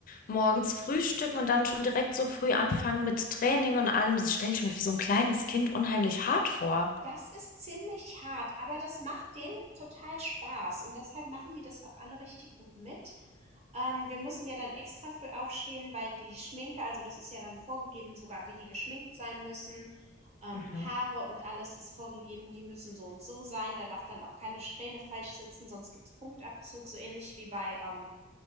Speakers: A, on the left (about 45°); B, on the right (about 35°).
A: morgens frühstücken und dann schon direkt so früh anfangen mit Training und allem. Das stelle ich mir für so ein kleines Kind unheimlich hart vor.
B: das ist ziemlich hart, aber das macht denen total Spaß. Und deshalb machen die das auch alle richtig gut mit. Ähm, wir mussten ja dann extra früh aufstehen, weil die Schminke, also das ist ja dann vorgegeben, sogar wie die geschminkt sein müssen. Ähm,
A: Mhm.
B: Haare und alles ist vorgegeben, die müssen so und so sein. Da darf dann auch keine Strähne falsch sitzen, sonst gibt's Punktabzug, so ähnlich wie bei, ähm,